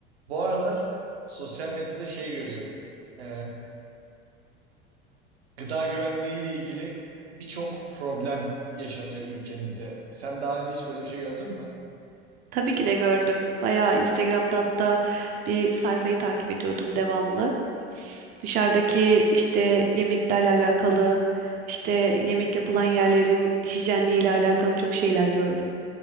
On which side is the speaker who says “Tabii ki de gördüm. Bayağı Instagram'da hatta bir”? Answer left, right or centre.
Right